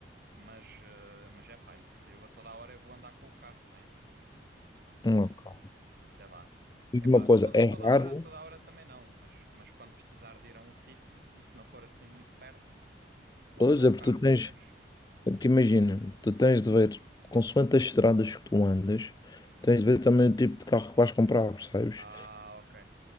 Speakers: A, on the right; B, on the left.
A: mas, ah, mas é pá, isso eu a toda hora eu vou andar com o carro, né?
B: Hum, Ok.
A: sei lá.
B: Diz-me
A: Epá,
B: uma coisa.
A: toda,
B: É
A: toda a
B: raro
A: hora, toda a hora também não, mas, mas quando precisar de ir a um sítio, e se não for assim muito perto, vou
B: hoje,
A: com o
B: é
A: carro,
B: porque tu tens.
A: percebes?
B: é Porque imagina, tu tens de ver, consoante as estradas que tu andas, tens de ver também o tipo de carro que vais comprar, percebes?
A: Ah, ok.